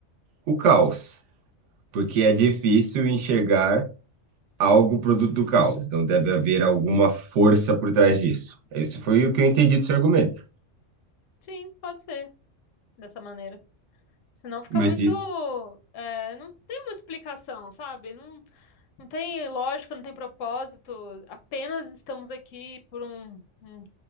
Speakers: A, on the right (about 75°); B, on the left (about 85°).
A: o caos, porque é difícil enxergar algo produto do caos. Então deve haver alguma força por trás disso. Esse foi o que eu entendi do seu argumento.
B: Sim, pode ser dessa maneira. Senão fica
A: Mas
B: muito.
A: isso
B: é, não tem muita explicação, sabe? Não, não tem lógica, não tem propósito. Apenas estamos aqui por um um